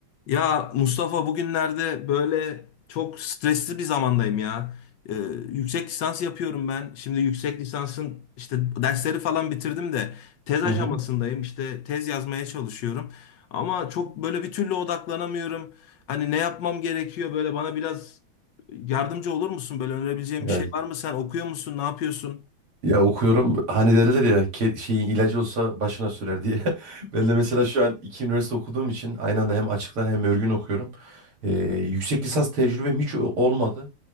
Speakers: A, on the left; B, on the right.
A: Ya Mustafa bugünlerde böyle çok stresli bir zamandayım ya. Ee, yüksek lisans yapıyorum ben. Şimdi yüksek lisansın işte dersleri falan bitirdim de tez aşamasındayım.
B: Hı hı.
A: İşte tez yazmaya çalışıyorum. Ama çok böyle bir türlü odaklanamıyorum. Hani ne yapmam gerekiyor böyle bana biraz yardımcı olur musun? Böyle önerebileceğin
B: Ya,
A: bir şey var mı? Sen okuyor musun? Ne yapıyorsun?
B: ya okuyorum hani derler ya ke- şeyin ilacı olsa başına sürer diye. <laughs> Ben de mesela şu an iki üniversite okuduğum için aynı anda hem açıktan hem örgün okuyorum. Ee, yüksek lisans tecrübem hiç o- olmadı.